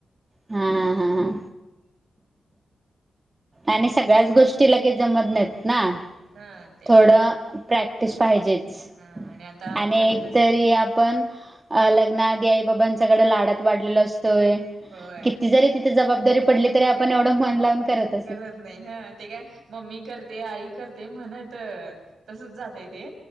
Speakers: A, on the right (about 30°); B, on the right (about 75°).
A: हा ह. आणि सगळ्याच गोष्टी लगेच जमत नाहीत. ना
B: नाही हा ते
A: थोडं
B: पण आहे.
A: प्रॅक्टिस पाहिजेच
B: हा आणि आता आमच्यात
A: आणि एक
B: कस
A: तरी आपण
B: हा
A: अ लग्नाआधी आई बाबांच्या कडे लाडात वाढलेल असतोय
B: होय.
A: किती जरी ते जबाबदारी पडली तरी आपण एवढं मन लावून करत
B: करत नाही ह ते काय मम्मी कर ते आई करते म्हणत तसच जातय ते.